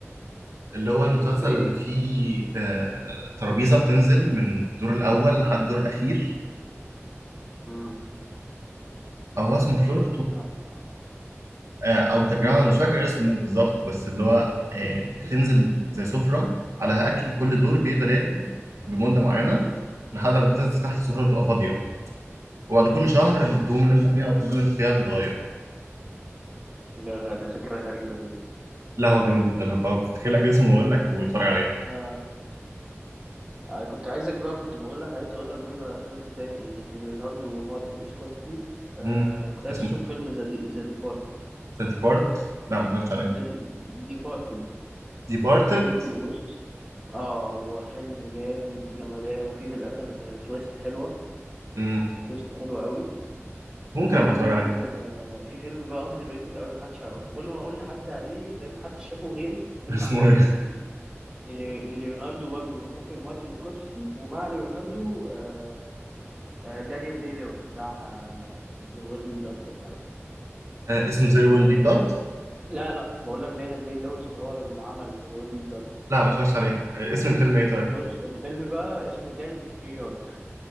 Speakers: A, on the right (about 85°); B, on the right (about 20°).
A: اللي
B: مش
A: هو المسلسل
B: عارف ده إيه
A: اللي
B: ده؟
A: فيه آه، ترابيزة بتنزل من الدور الاول لحد الدور الاخير
B: مم.
A: هو اسمه فلور
B: لا ما
A: آه، او
B: عنديش
A: ذا جراوند
B: فكرة
A: مش فاكر اسمه بالظبط بس اللي هو آه، بتنزل زي سفره عليها اكل كل دور بيقدر ياكل لمده معينه
B: مم.
A: لحد ما تنزل تحت السفره تبقى فاضيه وبعد
B: مم.
A: كل شهر الروم اللي انت فيها او الفلور اللي انت فيها بتتغير
B: ده ده فكرة غريبة
A: لا هو جامد جدا هبقى افتكر لك اسمه واقول لك واتفرج عليه
B: جدا آه، كنت عايزك بقى كنت بقول لك عايز اقول لك برضه على فيلم تاني لليوناردو ومارتن سكورسي آه
A: امم
B: كنت عايز
A: اسمه
B: اشوف فيلم ذا دي ذا ديبارتد
A: ذا ديبارت لا ما اتفرجتش عليه
B: ذا ديبارتد
A: ديبارتد
B: فيلم بص اه هو فيلم جامد جمدان وفي في الاخر تويست حلوه
A: امم
B: تويست حلوه قوي
A: ممكن
B: وفي
A: ابقى
B: برضه
A: اتفرج
B: فيلم
A: عليه
B: آه في فيلم بقى اندر ريتد قوي محدش يعرفه كل ما اقول لحد عليه تمام محدش شافه غيري فيلم
A: <laughs> اسمه
B: عالمي
A: ايه
B: للي- لليوناردو برضه والمخرج مارتن سكورسي ومع ليوناردو آه آه، دانيال داي لويس بتاع زير ويل بي بلاد لو تعرفه
A: آه، اسمه زير
B: ال...
A: ويل بي بلاد
B: لا لا بقول لك دانيال داي لويس اللي هو اللي عمل زير ويل بي بلاد
A: لا ما اتفرجتش عليه آه،
B: ال...
A: اسم الفيلم ايه طيب
B: بص الفيلم بقى اسمه جانجز اوف نيويورك